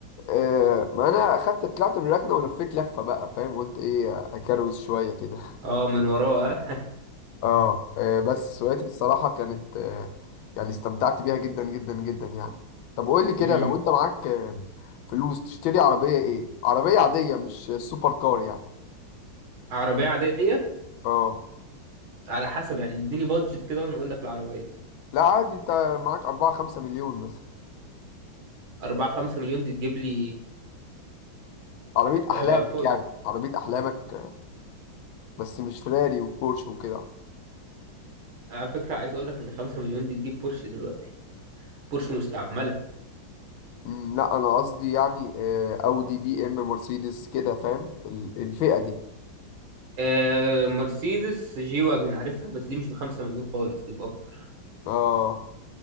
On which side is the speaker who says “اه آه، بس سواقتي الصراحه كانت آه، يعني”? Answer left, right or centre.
Left